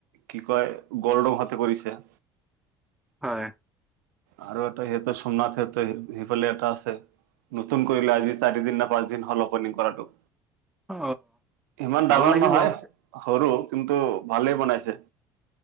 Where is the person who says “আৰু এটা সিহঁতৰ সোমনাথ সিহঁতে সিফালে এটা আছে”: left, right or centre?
Right